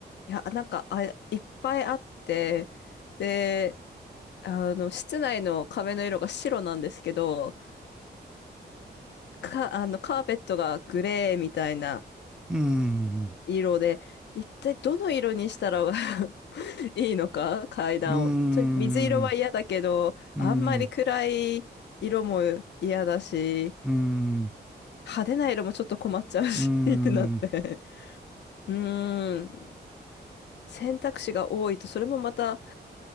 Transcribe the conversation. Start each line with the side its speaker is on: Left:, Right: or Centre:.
Left: いや、なんか、あ、いっぱいあって、で、あの、室内の壁の色が白なんですけど、か、あの、カーペットがグレーみたいな
Centre: うーん、
Left: 色で、一体どの色にしたら <laughs> いいのか階段を。
Centre: うーん、
Left: 水色は嫌だけど、
Centre: うーん、
Left: あんまり暗い色も嫌だし、
Centre: うーん、
Left: 派手な色もちょっと困っちゃうし
Centre: うーん。
Left: <laughs> ってなって。<laughs> うーん。選択肢が多いと、それもまた、